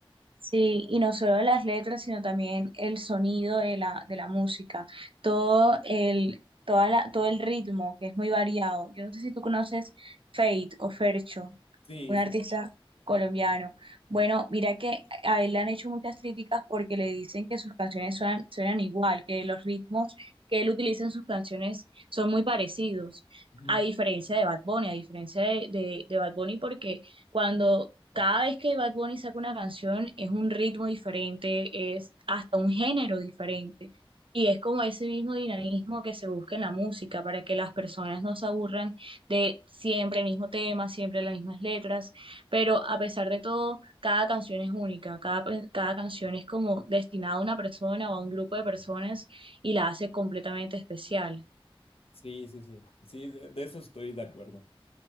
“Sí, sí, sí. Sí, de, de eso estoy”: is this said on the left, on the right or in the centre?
Left